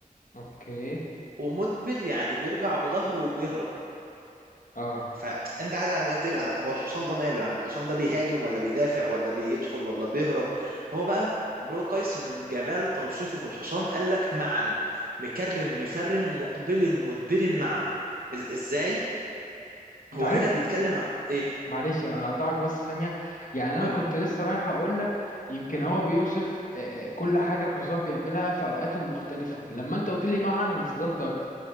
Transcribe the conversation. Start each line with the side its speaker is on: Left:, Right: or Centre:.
Left: اوكي
Right: ومدبر يعني بيرجع بظهره وبيهرب
Left: اه
Right: فانت قاعد على ما تبقى هو الحصان ده ماله يعني الحصان ده بيهاجم ولا بيدافع ولا بيدخل ولا بيهرب هو بقى امرؤ قيس من جمال توصيفه في الحصان قال لك معا مكرن مفرن مقبل مدبر معا إز- ازاي
Left: انت
Right: هو
Left: عارف
Right: هنا بيتكلم عن- ايه
Left: معلش انا هقطعك بس ثانية يعني انا
Right: قول
Left: كنت لسه رايح اقول لك يمكن هو بيوصف آه، آه، كل حاجة الحصان بيعملها في اوقاته المختلفة لما انت قلت لي معنى انا اتصدمت اكتر